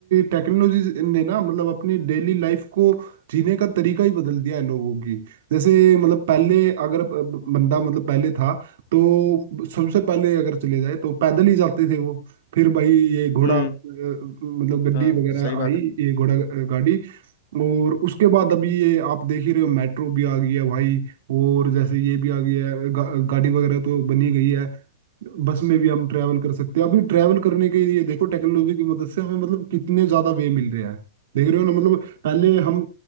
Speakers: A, on the right; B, on the left.
A: टेक्नोलॉजी ने ना मतलब अपनी डेली लाइफ को जीने का तरीका ही बदल दिया है लोगों की जैसे मतलब पहले अगर ब- बंदा मतलब पहले था तो सबसे पहले अगर चले जाए तो पैदल ही जाते थे वो फिर भाई ये घोड़ा
B: हम्म
A: अ, मतलब गड्डी
B: हाँ
A: वगैरह
B: सही बात
A: आई
B: है
A: ये घोड़ा अ, गाड़ी और उसके बाद अभी ये आप देख ही रहे हो मेट्रो भी आ गई है भाई और जैसे ये भी आ गई है गा, गाड़ी वगैरह तो बनी गई है बस में भी हम ट्रैवल कर सकते हैं अभी ट्रैवल करने के लिए देखो टेक्नोलॉजी की मदद से हमें मतलब कितने ज्यादा वे मिल रहे हैं देख रहे हो ना मतलब पहले हम